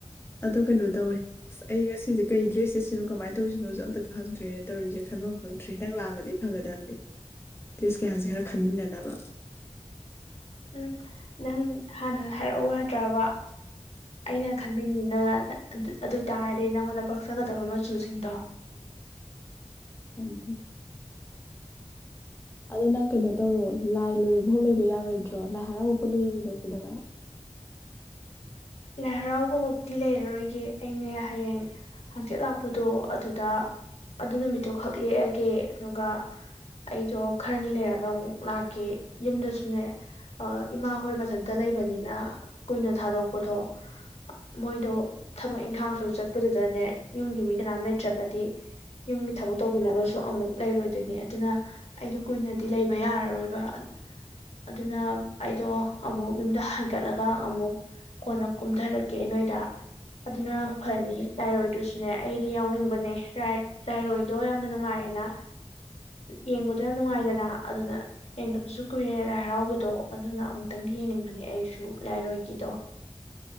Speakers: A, on the left; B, on the left.
A: ꯑꯗꯣ ꯀꯩꯅꯣ ꯇꯧꯋꯦ ꯑꯁ ꯑꯩ ꯉꯁꯤꯁꯦ ꯀꯩ ꯗ꯭ꯔꯦꯁ ꯆꯦꯠꯁꯤꯅꯣ ꯀꯃꯥꯏꯅ ꯇꯧꯁꯤꯅꯣꯁꯨ ꯑꯃꯇ ꯈꯪꯗ꯭ꯔꯦ ꯇꯧꯔꯤꯁꯦ ꯈꯟꯐꯝ ꯈꯪꯗ꯭ꯔꯦ ꯅꯪ ꯂꯥꯛꯑꯃꯗꯤ ꯐꯒꯗꯝꯕꯅꯦ ꯗꯔ꯭ꯦ ꯁ ꯀꯌꯥꯁꯦ ꯈꯔ ꯈꯟꯃꯤꯟꯅꯅꯕ
B: ꯎꯝ ꯅꯪ ꯍꯥꯟꯅ ꯍꯥꯏꯔꯛꯎ ꯌꯥꯗ꯭ꯔꯕ ꯑꯩꯅ ꯈꯟꯕꯤꯅꯤꯗꯅ ꯑꯗꯨ ꯑꯣꯏꯇꯥꯥꯔꯗꯤ ꯅꯪꯉꯣꯟꯗ ꯄꯛꯆꯒꯗꯕ ꯃꯆꯨꯁꯤꯡꯗꯣ
A: ꯑ ꯑꯗꯣ ꯅꯪ ꯀꯩꯅꯣ ꯇꯧꯔꯣ ꯂꯥꯏ ꯂꯣꯏꯕ ꯐꯥꯎ ꯂꯩꯕ ꯌꯥꯔꯣꯏꯗ꯭ꯔꯣ ꯂꯥꯏ ꯍꯔꯥꯎꯕ ꯄꯨꯟꯅ ꯌꯦꯡꯃꯤꯟꯅꯁꯤꯗꯅ
B: ꯂꯥꯏ ꯍꯔꯥꯎꯕ ꯐꯧꯗꯤ ꯂꯩꯔꯔꯣꯏꯒꯦ ꯑꯩꯅꯦ ꯍꯌꯦꯡ ꯍꯡꯆꯤꯠ ꯂꯥꯛꯄꯗꯣ ꯑꯗꯨꯗ ꯑꯗꯨ ꯅꯨꯃꯤꯠꯇꯨ ꯈꯛ ꯂꯦꯛꯑꯒꯦ ꯑꯗꯨꯒ ꯑꯩꯗꯣ ꯈꯔꯅꯤ ꯂꯩꯔꯒ ꯑꯃꯨꯛ ꯂꯥꯛꯀꯦ ꯌꯨꯝꯗꯁꯨꯅꯦ ꯏꯃꯥ ꯍꯣꯏ ꯃꯊꯟꯇ ꯂꯩꯕꯅꯤꯅ ꯀꯨꯏꯅ ꯊꯥꯗꯣꯛ ꯄꯣꯠꯇꯣ ꯃꯣꯏꯗꯣ ꯊꯕꯛ ꯏꯪꯈꯥꯡꯁꯨ ꯆꯠꯄꯗꯨꯗꯅꯦ ꯌꯨꯝꯒꯤ ꯃꯤ ꯀꯅꯥꯝ ꯂꯩꯇ꯭ꯔꯒꯗꯤ ꯌꯨꯝꯒꯤ ꯊꯕꯛ ꯇꯧꯕꯤꯅꯕꯁꯨ ꯑꯃꯨꯛ ꯂꯩꯔꯣꯏꯗꯣꯏꯅꯦ ꯑꯗꯨꯅ ꯑꯩꯗꯣ ꯀꯨꯏꯅꯗꯤ ꯂꯩꯕ ꯌꯥꯔꯔꯣꯏꯕ ꯑꯗꯨꯅ ꯑꯩꯗꯣ ꯑꯃꯨꯛ ꯌꯨꯝꯗ ꯍꯥꯏꯀꯠꯂꯒ ꯑꯃꯨꯛ ꯀꯣꯟꯅ ꯀꯨꯝꯊꯔꯛꯀꯦ ꯅꯣꯏꯗ ꯑꯗꯨꯅ ꯐꯅꯤ ꯂꯥꯏꯔꯣꯏꯗꯨꯁꯨꯅꯦ ꯑꯩꯗꯤ ꯌꯥꯎꯅꯤꯡꯕꯅꯦ ꯂꯥꯏꯔꯣꯏꯗꯣ ꯌꯥꯝꯅ ꯅꯨꯡꯉꯥꯏꯌꯦꯅ ꯌꯦꯡꯕꯗꯣ ꯌꯥꯝ ꯅꯨꯡꯉꯥꯏꯗꯅ ꯑꯗꯨꯅ ꯌꯦꯡꯗꯕꯁꯨ ꯀꯨꯏꯔꯦ ꯂꯥꯏ ꯍꯔꯥꯎꯕꯗꯣ ꯑꯗꯨꯅ ꯑꯃꯨꯛꯇꯪꯗꯤ ꯌꯦꯡꯅꯤꯡꯕꯅꯦ ꯑꯩꯁꯨ ꯂꯥꯏꯔꯣꯏꯒꯤꯗꯣ